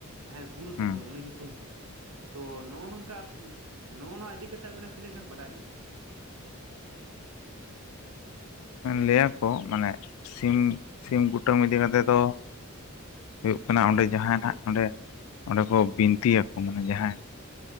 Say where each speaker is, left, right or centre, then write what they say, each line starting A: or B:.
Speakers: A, on the right; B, on the left.
A: ᱡᱟᱦᱟᱸᱭ ᱜᱩᱨ ᱟᱠᱟᱱ
B: ᱦᱮᱸ
A: ᱫᱚ ᱩᱱᱤ ᱧᱩᱛᱩᱢ ᱛᱮ᱾ ᱛᱚ ᱱᱚᱜᱼᱚ ᱱᱚᱝᱠᱟ ᱱᱚᱜᱼᱚ ᱱᱚᱣᱟ ᱤᱫᱤ ᱠᱟᱛᱮ ᱟᱵᱤᱱᱟᱜ ᱛᱤᱱᱟᱹᱜ ᱜᱟᱱ ᱵᱟᱰᱟᱭ ᱢᱮᱱᱟᱜᱼᱟ᱾
B: ᱞᱟᱹᱭᱟᱠᱚ ᱢᱟᱱᱮ ᱥᱤᱢ ᱥᱤᱢ ᱠᱩᱴᱟᱹᱢ ᱤᱫᱤ ᱠᱟᱛᱮᱫ ᱫᱚ ᱦᱩᱭᱩᱜ ᱠᱟᱱᱟ ᱚᱸᱰᱮ ᱡᱟᱦᱟᱸᱱᱟᱜ ᱚᱸᱰᱮ ᱚᱸᱰᱮ ᱠᱚ ᱵᱤᱱᱛᱤ ᱟᱠᱚ ᱢᱟᱱᱮ ᱡᱟᱦᱟᱸᱭ